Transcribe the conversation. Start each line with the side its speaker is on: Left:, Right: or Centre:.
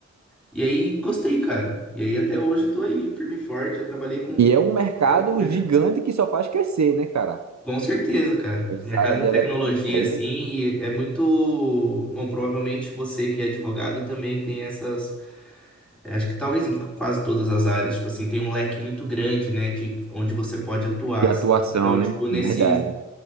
Centre: E aí gostei, cara. E aí até hoje eu tô aí, firme e forte, já trabalhei com um
Right: E é um mercado
Centre: monte de coisa.
Right: gigante que só faz crescer, né, cara?
Centre: Com certeza, cara.
Right: Essa
Centre: O mercado
Right: área de
Centre: de tecnologia,
Right: eletrônica aí,
Centre: assim, e é muito. Bom, provavelmente você que é advogado também tem essas. é, Acho que talvez em quase todas as áreas, tipo assim, tem um leque muito grande, né, de onde você pode atuar.
Right: de
Centre: assim.
Right: atuação,
Centre: Então,
Right: né?
Centre: tipo, nesses,
Right: Verdade.